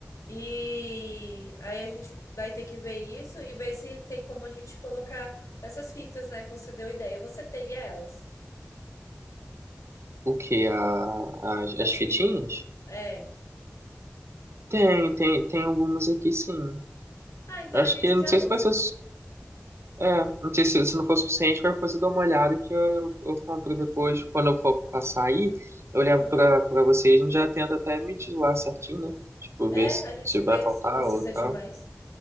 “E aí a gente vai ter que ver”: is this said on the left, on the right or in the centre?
Left